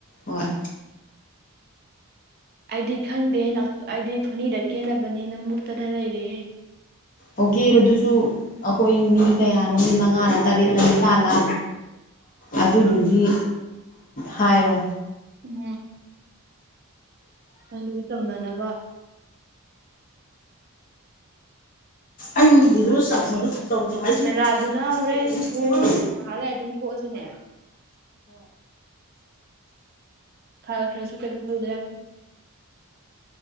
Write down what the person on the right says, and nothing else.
ꯑꯩꯗꯤ ꯈꯪꯗꯦꯦ ꯑꯩꯗꯤ ꯊꯣꯅꯤꯗ ꯀꯦꯟꯅꯕꯅꯤꯅ ꯃꯨꯛꯇꯅ ꯂꯩꯔꯦꯍꯦ
ꯎꯝ ꯑꯗꯨꯒ ꯇꯧꯅꯅꯕ
ꯃꯦꯂꯥꯗꯨꯅ ꯍꯣꯔꯦꯟ ꯄꯨꯡ ꯉꯥꯏꯍꯥꯛ ꯂꯩꯔ ꯑꯗꯨꯝ ꯊꯣꯛꯑꯁꯤꯅꯦ ꯈꯔ ꯈꯔꯁꯨ ꯀꯩꯅꯝ ꯇꯧꯗ ꯌꯥꯦ